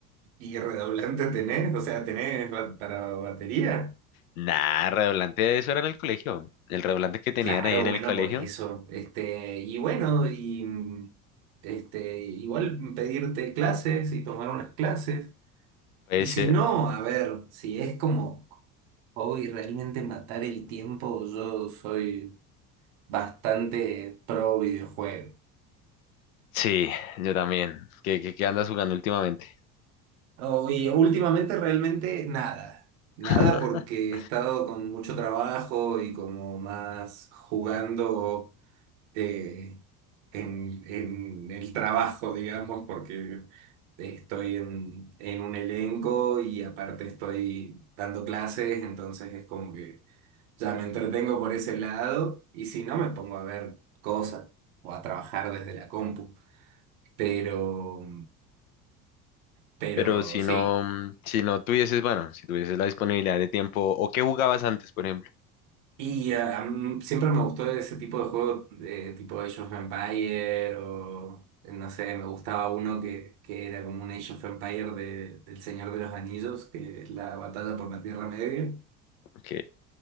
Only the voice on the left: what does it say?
Nah, redoblante de eso era en el colegio, el redoblante que tenían
ahí en el
colegio,
ese,
sí, yo también, ¿qué, qué, qué andas jugando últimamente?
<laughs>
Pero si
no, mm, si no tuvieses, bueno, si tuvieses la disponibilidad de tiempo, ¿o qué jugabas antes, por ejemplo?
Ok.